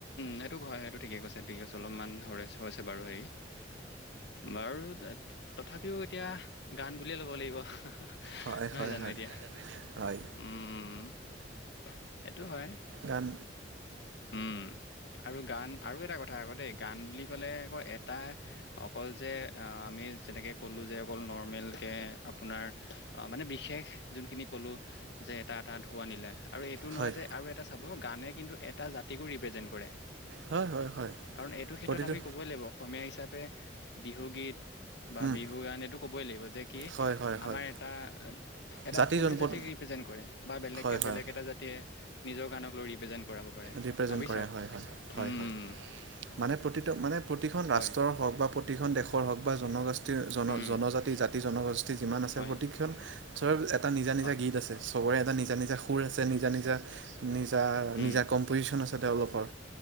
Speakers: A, on the left (about 65°); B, on the right (about 85°).
A: সেইটোক হয়, সেইটো ঠিকে কৈছে, ঠিক আছে অলপমান হৈছে বাৰু হেৰি। বাৰু, তথাপিও এতিয়া গান বুলিয়ে ল'ব লাগিব। নহয়
B: হয় হয়
A: জানো
B: হয়
A: এতিয়া,
B: হয়
A: উম সেইটো হয়।
B: গান
A: উম, আৰু গান আৰু এটা কথা আকৌ দেই, গান বুলি ক'লে আকৌ এটা অকল যে আমি যেনেকে ক'লো যে অকল নৰ্মেলকে আপোনাৰ অ', মানে বিশেষ যোনখিনি কলো, যে এটা এটা ঢৌ আনিলে আৰু এইটো নহয়
B: হয়
A: যে আৰু এটা চাব, গানে কিন্তু এটা জাতিকো ৰিপ্ৰেজেণ্ট কৰে।
B: হয় হয় হয়
A: কাৰণ এইটো ক্ষেত্ৰত
B: প্ৰতিটো
A: আমি কবই লাগিব অসমীয়া হিচাপে, বিহু গীত বা
B: উম,
A: বিহু গান এইটো ক'বই লাগিব যে কি
B: হয় হয় হয়
A: আমাৰ এটা এ,
B: জাতি
A: অসমীয়া
B: জনপদ
A: জাতিক ৰিপ্ৰেজেন্ট কৰে বা বেলেগে
B: হয় হয়
A: বেলেগ এটা জাতি <unintelligible> নিজৰ গানক লৈ ৰিপ্ৰেজেণ্ট কৰাব পাৰে,
B: ৰিপ্ৰেজেণ্ট
A: ভাবি
B: কৰে
A: চাওক।
B: হয় হয় হয়,
A: উম
B: হয়, মানে প্ৰতি, মানে প্ৰতিখন
A: হয়
B: ৰাষ্ট্ৰৰ হওক বা প্ৰতিখন দেশৰ হওক বা জনগোষ্ঠীয় জন
A: উম
B: জনজাতি জাতি, জনগোষ্ঠী যিমান আছে
A: হয়
B: প্ৰতিখন চবৰে এটা নিজা নিজা
A: হয়
B: গীত আছে, চবৰে এটা নিজা নিজা সুৰ আছে, নিজা নিজা নিজা,
A: উম
B: নিজা কম্পজিশচন আছে তেওঁলোকৰ,